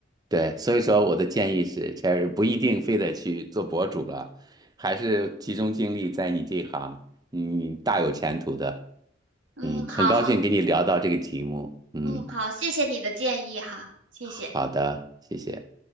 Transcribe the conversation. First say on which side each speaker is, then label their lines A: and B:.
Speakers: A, on the right (about 20°); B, on the right (about 80°).
A: 对。所以说，我的建议是，Cherry 不一定非得去做博主了，还是集中精力在你这一行，你大有前途的。
B: 嗯，
A: 嗯，
B: 好好，
A: 很高兴跟你聊到这个题目。嗯。
B: 嗯好，谢谢你的建议哈，谢谢。
A: 好的，谢谢。